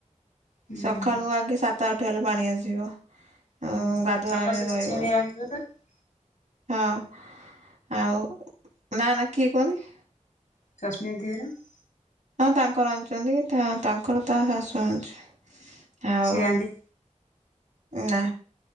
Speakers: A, on the left; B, on the right.
A: ହୁଁ।
B: ସକାଳୁ ଆଗେ ସାତ ଆଠଟା ହେଲେ ପାଣି ଆସିବ
A: ହୁଁ
B: ଆଉ ଗାଧୁଆଘରେ
A: ସମସ୍ତେ
B: ରହିବ।
A: <inaudible>
B: ହଁ ଆଉ ନା ନା କିଏ କୁହନି।
A: <unintelligible>
B: ହଁ ତାଙ୍କର ଆଣୁଛନ୍ତି ତାଙ୍କର ତା ଶାଶୁ ଆଣୁଛି। ଆଉ
A: ସିଏ <unintelligible>
B: ନା